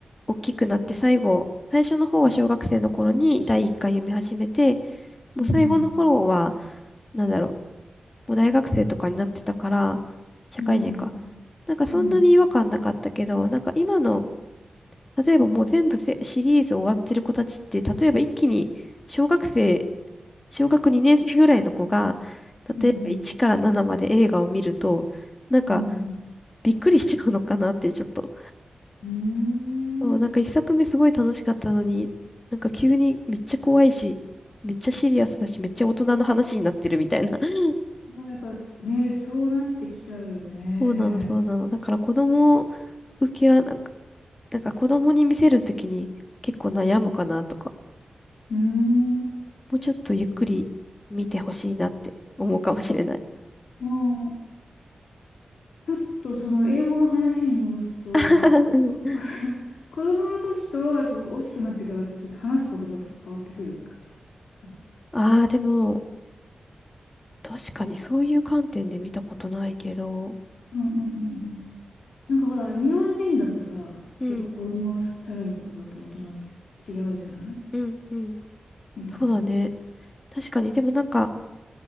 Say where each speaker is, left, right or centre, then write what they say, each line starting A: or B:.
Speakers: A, on the left; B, on the left.
A: 大きくなって最後、最初の方は小学生の頃に第一巻読み始めて、もう最後の頃は、
B: うんうんうん。
A: なんだろう、もう大学生とかになってたから、社会人か。
B: うんうん
A: なんかそんなに違和感なかったけど、
B: うん
A: なんか今の、例えばもう全部せシリーズ終わってる子たちって、例えば一気に小学生、小学2年生ぐらいの子が、
B: うんうん
A: 例えば1から7まで映画を見ると、なんか
B: うん
A: びっくりしちゃうのかなってちょっと。
B: うん
A: そう、
B: うーん
A: なんか一作目すごい楽しかったのに、なんか急にめっちゃ怖いし、めっちゃシリアスだし、めっちゃ大人の話になってるみたいな。<laughs>
B: やっぱね、そうなってきちゃうよね。
A: そうなの、そうなの。だから子供受けはなんか、なんか子供に見せるときに結構悩むかなとか、
B: うーん。
A: もうちょっとゆっくり見てほしいなって思うかもしれない。
B: うん、ちょっとその英語の話に戻すと、
A: <laughs>
B: やっぱ
A: うん
B: <laughs> 子供の時とやっぱ大きくなってからってちょっと話す言葉とか変わってくる感じかな。
A: ああ、でも、確かにそういう観点で見たことないけど、
B: うんうんうんうん。なんかほら、日本人だとさ、
A: うん、
B: 結構子供の食べる言葉と大人って違うじゃない
A: うん、うん。
B: みたいな。
A: そうだね。確かに、でもなんか、